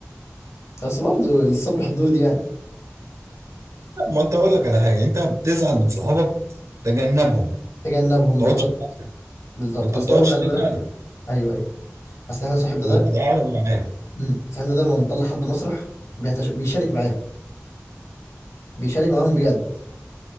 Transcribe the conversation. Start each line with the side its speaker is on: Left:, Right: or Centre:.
Left: بس برضه للصبر حدود يعني
Right: لا، ما انت اقول لك على حاجه انت بتزعل من صحابك تجنبهم ما
Left: تجنبهم بالظبط
Right: تقعدش معاهم.
Left: بالظبط
Right: ما انت
Left: اصل
Right: ما بتقعدش
Left: هو خلي
Right: تزعل
Left: بالك ايوه ايوه اصل احنا صاحبنا
Right: وتزعلهم
Left: ده
Right: معاك
Left: مم، صاحبنا ده لما بنطلع حد مسرح بيتش... بيشارك معاهم بيشارك معاهم بجد